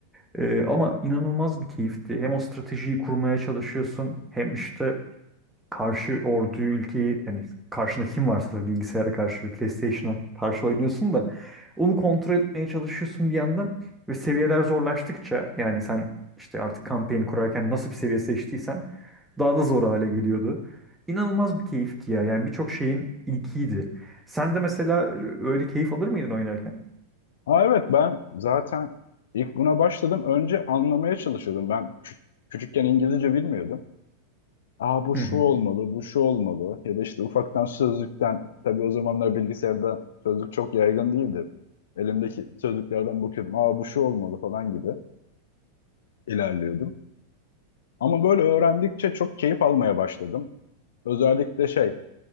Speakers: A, in the centre; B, on the left (about 60°).
A: E, ama inanılmaz bir keyifti. Hem o stratejiyi kurmaya çalışıyorsun hem işte karşı orduyu ülkeyi yani karşında kim varsa tabii bilgisayara karşı ve PlayStation'a karşı oynuyorsun da onu kontrol etmeye çalışıyorsun bir yandan ve seviyeler zorlaştıkça yani sen işte artık kampanya kurarken nasıl bir seviye seçtiysen daha da zor hale geliyordu. İnanılmaz bir keyifti ya. Yani birçok şeyin ilkiydi. Sen de mesela e, öyle keyif alır mıydın oynarken?
B: Ha evet ben zaten ilk buna başladım. Önce anlamaya çalışıyordum. Ben kü- küçükken İngilizce bilmiyordum. Aa bu
A: Hı
B: şu
A: hı.
B: olmalı, bu şu olmalı. Ya da işte ufaktan sözlükten, tabii o zamanlar bilgisayarda sözlük çok yaygın değildi. Elimdeki sözlüklerden bakıyordum. Aa bu şu olmalı falan gibi ilerliyordum. Ama böyle öğrendikçe çok keyif almaya başladım. Özellikle şey,